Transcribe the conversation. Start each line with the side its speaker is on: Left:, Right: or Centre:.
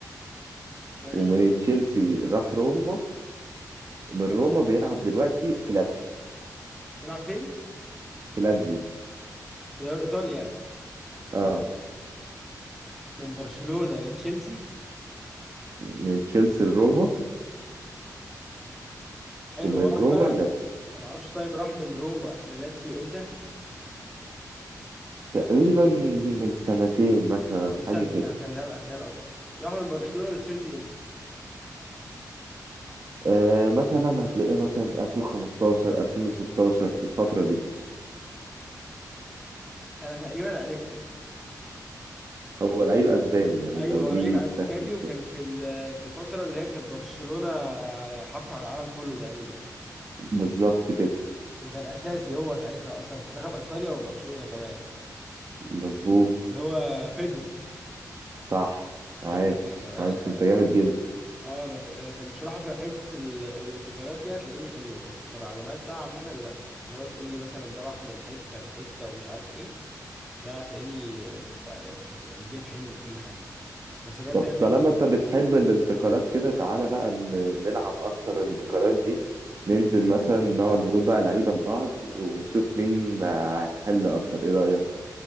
Centre: ماشي
Right: ومن تشيلسي راح روما ومن
Centre: ماشي
Right: روما بيلعب دلوقتي في لاتسيو
Centre: يلعب فين؟
Right: في لاتسيو
Centre: في دوري ايطاليا يعني
Right: اه
Centre: من برشلونة لتشيلسي
Right: من تشيلسي لروما
Centre: حلو
Right: ومن
Centre: هو مم. راح
Right: روما
Centre: بقى
Right: لاتسيو
Centre: ما تعرفش طيب راح من روما للاتسيو امتى؟
Right: تقريبا من سنتين مثلا
Centre: طب استنى
Right: حاجة كده
Centre: استنى استنى اسهلها اكتر راح من برشلونة لتشيلسي امتى؟
Right: آه مثلا هتلاقيها مثلا 2015 2016 الفترة دي
Centre: انا تقريبا عرفته
Right: هو لعيب اسباني يعني
Centre: ايوه
Right: لو
Centre: هو
Right: دي
Centre: لعيب اسباني
Right: تسهل شوية
Centre: وكان في ال- في الفترة اللي هي كانت برشلونة حاطة على العالم كله تقريبا
Right: بالظبط كده
Centre: وكان اساسي هو ساعتها اصلا في منتخب اسبانيا وفي برشلونة كمان
Right: مظبوط
Centre: اللي هو بيدرو
Right: صح عايش
Centre: عيب عليك يا باشا
Right: عايش انت جامد جدا
Centre: اه انا في انا في بصراحه في حته ال... الانتقالات دي هتلاقيني حلو بس كمعلومات بقى عامه لا بس لو تقول لي مثلا ده راح من حته لحته ومش عارف ايه لا هتلاقيني بقى يعني الجيم حلو وكل حاجه بس بجد
Right: طب
Centre: يعني
Right: طالما انت
Centre: انا
Right: بتحب الانتقالات كده تعالى بقى ن- نلعب اكتر الانتقالات دي ننزل مثلا نقعد نقول بقى لعيبة لبعض ونشوف مين هيحل اكتر ايه رأيك